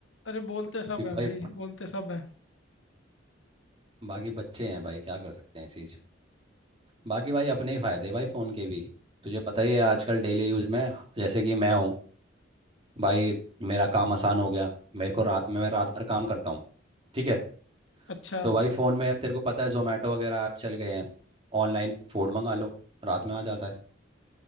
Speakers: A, on the left (about 80°); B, on the right (about 30°).
A: अरे बोलते सब
B: क्योंकि
A: हैं
B: भाई
A: भाई बोलते सब हैं
B: बाकी बच्चे हैं भाई क्या कर सकते हैं इस चीज़ बाकी भाई अपने ही फ़ायदे भाई फ़ोन के भी तुझे पता ही है आजकल डेली यूज़ में जैसे कि मैं हूँ भाई मेरा काम आसान हो गया मेरे को रात में मैं रात भर काम करता हूँ ठीक है
A: अच्छा
B: तो भाई फ़ोन में अब तेरे को पता है जोमेटो वगैरह ऐप चल गए हैं ऑनलाइन फूड मंगा लो रात में आ जाता है